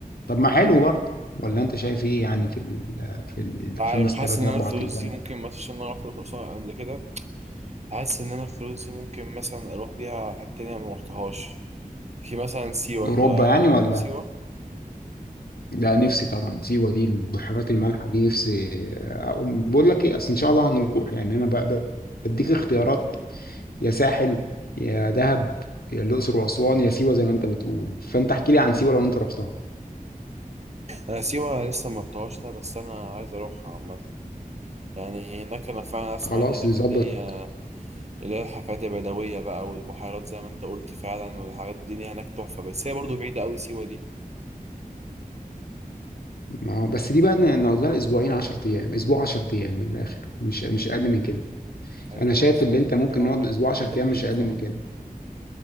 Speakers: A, on the left (about 85°); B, on the right (about 45°).
A: طب ما حلو برضه ولا انت شايف ايه يعني في ال في
B: عارف
A: الخمس
B: حاسس
A: ثلاث
B: ان
A: اربع
B: انا الفلوس
A: ايام
B: دي ممكن مثلا عشان انا رحت الاقصر قبل كده حاسس ان انا الفلوس دي ممكن مثلا اروح بيها حتة تانية ما رحتهاش في مثلا سيوة
A: اوروبا
B: انت عمرك
A: يعني ولا
B: رحت سيوة؟
A: لا نفسي طبعا سيوه دي البحيرات المالحه دي نفسي اقوم بقول لك ايه اصل ان شاء الله هنروح يعني انا ب- ب- بديك اختيارات يا ساحل يا دهب يا الاقصر واسوان يا سيوه زي ما انت بتقول فانت احكي لي عن سيوه لو انت رحتها
B: انا سيوة لسه ما رحتهاش ده بس انا عايز اروحها عامة يعني هناك انا فعلا اسمع
A: خلاص
B: ان هناك
A: نظبط
B: الدنيا اللي هي الحفلات البدوية بقى والبحيرات زي ما انت قلت فعلا والحاجات الدنيا هناك تحفة بس هي برضو بعيدة أوي سيوة دي
A: ما هو بس دي بقى ن- نقول لها اسبوعين 10 ايام اسبوع 10 ايام من الاخر مش مش اقل من كده
B: أيوة
A: انا شايف
B: اه فعلا
A: ان انت
B: محتاجين
A: ممكن
B: نقعد
A: نقعد
B: هناك
A: اسبوع
B: مدة
A: 10 ايام
B: كبيرة
A: مش اقل
B: فعلا
A: من كده